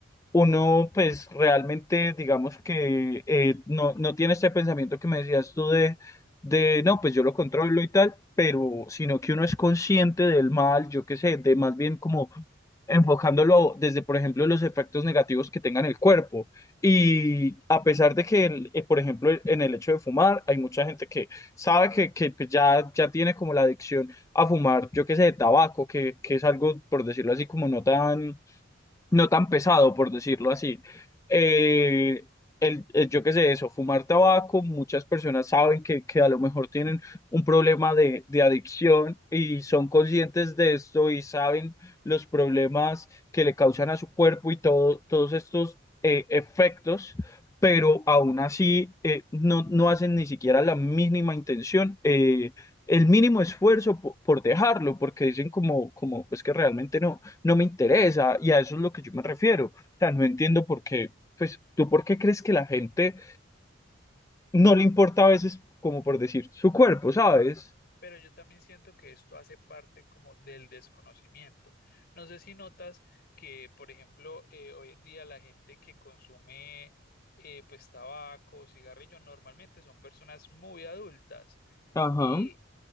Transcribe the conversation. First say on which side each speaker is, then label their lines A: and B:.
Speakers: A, on the left; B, on the left.
A: uno pues realmente digamos que eh, no, no tiene este pensamiento que me decías tú de, de no, pues yo lo controlo y tal, pero sino que uno es consciente del mal, yo qué sé, de más bien como enfocándolo desde, por ejemplo, los efectos negativos que tenga en el cuerpo. Y a pesar de que, el- eh, por ejemplo, en el hecho de fumar, hay mucha gente que sabe que, que pues, ya, ya tiene como la adicción a fumar, yo qué sé, de tabaco, que, que es algo, por decirlo así, como no tan no tan pesado, por decirlo así. Eh, el, el- yo qué sé, eso, fumar tabaco, muchas personas saben que, que a lo mejor tienen un problema de, de adicción y son conscientes de esto y saben los problemas que le causan a su cuerpo y todo, todos estos eh, efectos. pero aún así eh, no, no hacen ni siquiera la mínima intención, eh, el mínimo esfuerzo po- por, dejarlo, porque dicen como, como, es que realmente no no me interesa y a eso es lo que yo me refiero. O sea, no entiendo por qué, pues tú por qué crees que la gente no le importa a veces, como por decir, su cuerpo, ¿sabes?
B: pero yo también siento que esto hace parte como del desconocimiento. No sé si notas que, por ejemplo, eh, hoy en día la gente que consume eh, pues tabaco, cigarrillo, normalmente son personas muy adultas
A: Ajá.
B: y